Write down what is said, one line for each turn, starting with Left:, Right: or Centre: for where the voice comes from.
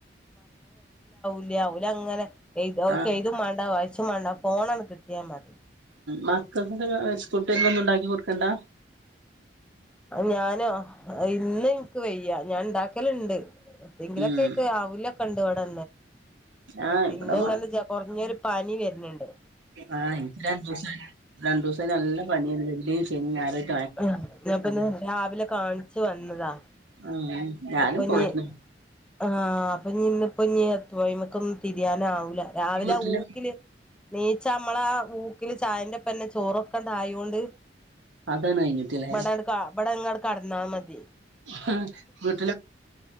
Centre: ല്ല അവുലങ്ങനെ ഏ ത് അവർക്ക്
Right: ആ
Centre: ഏതും മേണ്ടാ വായി ശും മേണ്ട ആ ഫോണങ്ങട് കിട്ടിയാ മതി
Right: മക്കൾക്കെന്തൊരു സ്കുട്ടി <unintelligible> ഒന്നും ഉണ്ടാക്കി കൊടുക്കണ്ടാ
Centre: ഞാനോ ഇന്ന് എന്ക്ക് വയ്യ ഞാൻ ഇണ്ടാക്കലുണ്ട് എന്തെങ്കിലൊക്കെയിട്ട്
Right: ഉം
Centre: അവലൊക്ക ട്ട് ഇവിട്ണ്ട്
Right: ആ ഇവിടെ
Centre: ഇന്ന് ഇങ്ങനെ ജ കുറഞ്ഞൊരു പനിവര് ന്നുണ്ട്
Right: ആ എനിക്ക് രണ്ടൂസായി രണ്ടൂസായി നല്ല പണിയുണ്ട് <unintelligible> പിന്നെ <unintelligible>
Centre: ആഹ് ഞാപ്പിന്നെ രാവിലെ കാണിച്ചു വന്നതാ.
Right: ഉം ഞാനും
Centre: അപ്പൊ ഇഞ്ഞ്
Right: പോയിരുന്നു.
Centre: ആഹ് അപ്പൊ ഇഞി ഇന്ന് ഇപ്പോ ഇഞി നീ എത്ത്മക്ക ഒന്നും തിരിയാന ആവൂല. രാവിലെ
Right: വീട്ടില്
Centre: ഊക്കില് നീച്ച നമ്മള <unintelligible> ചായൻന്റപ്പന്നെ ചോറൊക്കെ ഉണ്ടായൊണ്ട്.
Right: അതാണ് കഴിഞ്ഞിട്ടില്ലേ
Centre: വട എടുക്കാ <unintelligible> കടന്നാ മതി.
Right: ഹ